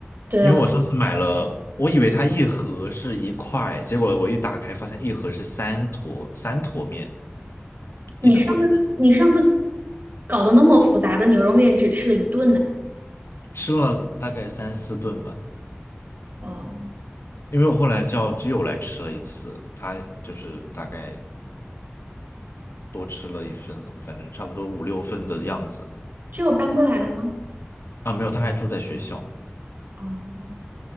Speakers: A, on the right; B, on the left.
A: 对哦，
B: 因为我上次买了，我以为它一盒是一块，结果我一打开发现一盒是三坨，三坨面，
A: 你上次你上次
B: 一坨就
A: 搞得那么复杂的牛肉面只吃了一顿呢。
B: 吃了大概三四顿吧。
A: 哦，
B: 因为我后来叫基友来吃了一次，他就是大概多吃了一份了，反正差不多五六份的样子。
A: 就有搬过来了吗？
B: 啊，没有，他还住在学校。
A: 哦，